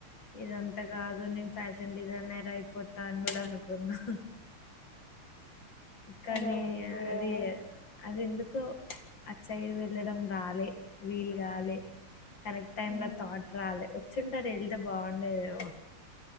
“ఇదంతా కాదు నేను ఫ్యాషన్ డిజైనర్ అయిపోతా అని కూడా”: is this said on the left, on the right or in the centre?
Left